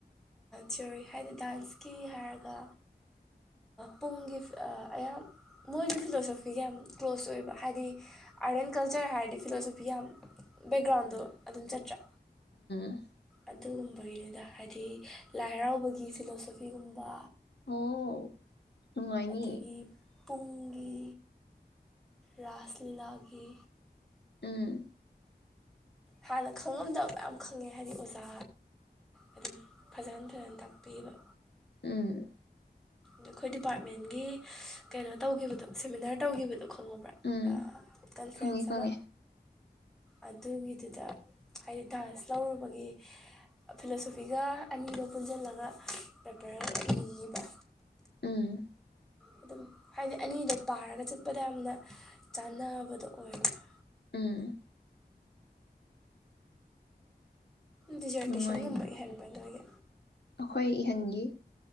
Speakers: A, in the centre; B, on the left.
A: ꯊꯤꯑꯣꯣꯔꯤ ꯍꯥꯏꯗꯤ ꯗꯥꯟꯁꯀꯤ ꯍꯥꯏꯔꯒ ꯄꯨꯡꯒꯤ ꯑꯌꯥꯝ ꯃꯣꯏꯁꯨ ꯐꯤꯂꯣꯁꯣꯐꯤ ꯌꯥꯝ ꯀ꯭ꯂꯣꯁ ꯑꯣꯏꯕ ꯍꯥꯏꯗꯤ ꯑꯥꯔꯠ ꯑꯦꯟ ꯀꯜꯆꯔ ꯍꯥꯏꯔꯗꯤ ꯐꯤꯂꯣꯁꯣꯐꯤ ꯌꯥꯝ ꯕꯦꯛꯒ꯭ꯔꯥꯎꯟꯗꯣ ꯑꯗꯨꯝ ꯆꯠꯇ꯭ꯔꯥ
B: ꯑ
A: ꯑꯗꯨꯒꯨꯝꯕꯒꯤꯅꯤꯗ ꯍꯥꯏꯗꯤ ꯂꯥꯏ ꯍꯔꯥꯎꯕꯒꯤ ꯐꯤꯂꯣꯁꯣꯐꯤꯒꯨꯝꯕ
B: ꯋꯥꯥꯎ ꯅꯨꯡꯉꯥꯏꯅꯤ
A: ꯑꯗꯒꯤ ꯄꯨꯡꯒꯤ ꯔꯥꯁ ꯂꯤꯂꯥꯒꯤ
B: ꯎꯝ
A: ꯍꯥꯟꯅ ꯈꯪꯉꯝꯗꯕ ꯃꯌꯥꯝ ꯈꯪꯉꯦ ꯍꯥꯏꯗꯤ ꯑꯣꯖꯥ ꯑꯗꯨꯝ ꯐꯖꯅ ꯐꯖꯅ ꯇꯥꯛꯄꯤꯕ
B: ꯎꯝ
A: ꯑꯩꯈꯣꯏ ꯗꯤꯄꯥꯔꯠꯃꯦꯟꯒꯤ ꯀꯩꯅꯣ ꯇꯧꯈꯤꯕꯗꯣ ꯁꯦꯃꯤꯅꯥꯔ ꯇꯧꯈꯤꯕꯗꯣ ꯈꯪꯉꯕ꯭ꯔꯥ
B: ꯎꯝ
A: ꯀꯟꯐ꯭ꯔꯦꯟꯁ
B: ꯈꯪꯉꯦ ꯈꯪꯉꯦ
A: ꯑꯃ ꯑꯗꯨꯒꯤꯗꯨꯗ ꯍꯥꯏꯗꯤ ꯗꯥꯟꯁ ꯂꯧꯔꯨꯕꯒꯤ ꯐꯤꯂꯣꯁꯣꯐꯤꯒ ꯑꯅꯤꯗꯣ ꯄꯨꯟꯁꯤꯜꯂꯒ ꯄꯦꯄꯔ ꯑꯃ ꯏꯈꯤꯕ
B: ꯎꯝ
A: ꯑꯗꯨꯝ ꯍꯥꯏꯗꯤ ꯑꯅꯤꯗꯣ ꯄꯥꯔꯒ ꯆꯠꯄꯗ ꯌꯥꯝꯅ ꯆꯥꯟꯅꯕꯗꯣ ꯑꯣꯏꯌꯦꯕ
B: ꯎꯝ
A: ꯗꯤꯖꯔꯇꯦꯁꯟꯒꯨꯝꯕ
B: ꯅꯨꯡꯉꯥꯏꯅꯤ
A: ꯏꯍꯟꯕ ꯅꯣꯏꯒꯤ
B: ꯑꯩꯈꯣꯏ ꯏꯍꯟꯒꯤ